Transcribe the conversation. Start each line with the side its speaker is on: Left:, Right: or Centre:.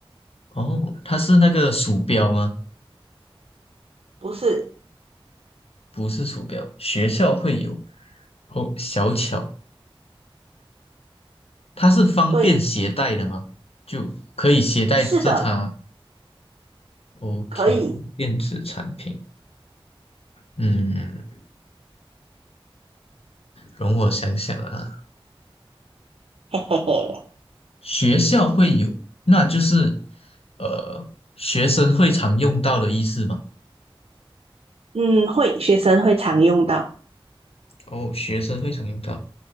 Left: 哦，它是那个鼠标吗？
Right: 不是，
Left: 不是鼠标，学校会有。哦，小巧它是方便携带的吗？
Right: 对，
Left: 就可以携带着它
Right: 是的，
Left: ？OK，
Right: 可以，
Left: 电子产品，嗯，容我想想啊，
Right: 嘿嘿嘿，
Left: 学校会有，那就是呃，学生会常用到的意思吗？
Right: 嗯，会，学生会常用到，
Left: 哦，学生会常用到，